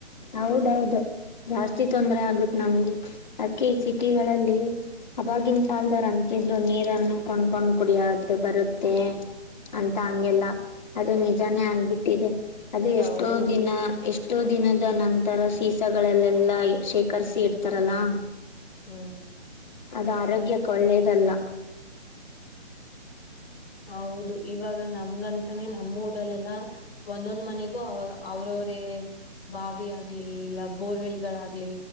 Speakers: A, on the left (about 40°); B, in the centre.
A: ಹೌದೌದು ಜಾಸ್ತಿ ತೊಂದ್ರ ಆಗುತ್ತ ನಮ್ಗೆ ಅಕಿ ಈ ಸಿಟಿಗಳಲ್ಲಿ ಅವಾಗಿನ ಕಾಲದವ್ ಅಂತಿದ್ರು ನೀರನ್ನು ಕೊಂಡ್ಕೊಂಡ್ ಕುಡಿಯೋದು ಬರುತ್ತೆ ಅಂತ ಹಂಗೆಲ್ಲ ಅದು ನಿಜಾನೇ ಆಗ್ಬಿಟ್ಟಿದೆ. ಅದು ಎಷ್ಟೋ
B: ಹೌದು
A: ದಿನ ಎಷ್ ದಿನ ಇದ ನಂತರ ಸೀಸಗಳಲ್ಲೆಲ್ಲಾ ಶೇಖರಿಸಿ ಇಡ್ತಾರಲ್ಲಾ
B: ಹ್ಮ್
A: ಅದ್ ಆರೋಗ್ಯಕ್ ಒಳ್ಳೇದಲ್ಲ.
B: ಹೌದು ಇವಾಗ ನಮ್ಗಂತಾನೇ ನಮ್ಮ್ ಊರಲ್ಲೆಲ್ಲಾ ಒಂದೊಂದ್ ಮನೆಗೂ ಅವ್ರವ್ರೇ ಬಾವಿ ಆಗ್ಲಿ ಇಲ್ಲ ಬೋರ್ವೆಲ್ಗಳಾಗ್ಲಿ